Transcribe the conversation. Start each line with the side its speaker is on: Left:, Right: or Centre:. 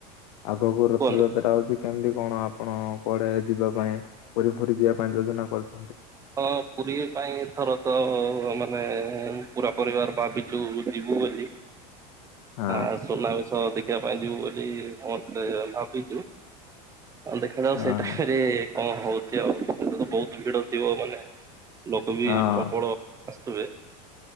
Left: ଆଗକୁ ରଥଯାତ୍ରା
Right: କୁହନ୍ତୁ।
Left: ହଉଛି କେମିତି କଣ ଆପଣ କୁଆଡେ ଯିବା ପାଇଁ ପୁରୀ ଫୁରି ଯିବା ପାଇଁ ଯୋଜନା କରୁଛ
Right: ହଁ ପୁରୀ ପାଇଁ ଏଥର ତ ମାନେ ପୁରା ପରିବାର ଭାବିଚୁ ଯିବୁ ବୋଲି।
Left: ହଁ
Right: ଆ ସୁନା ବେଶ ଦେଖିବା ପାଇଁ ଯିବୁ ବୋଲି ସମସ୍ତେ ଭାବି ଦେଖାଯାଉ
Left: ହଁ
Right: ସେଠାରେ
Left: ହଁ
Right: କଣ ହଉଛି ଆଉ ବହୁତ ଭିଡ ଯିବ ମାନେ ଲୋକ ବି
Left: ହଁ
Right: ପ୍ରବଳ ଆସୁଥିବେ।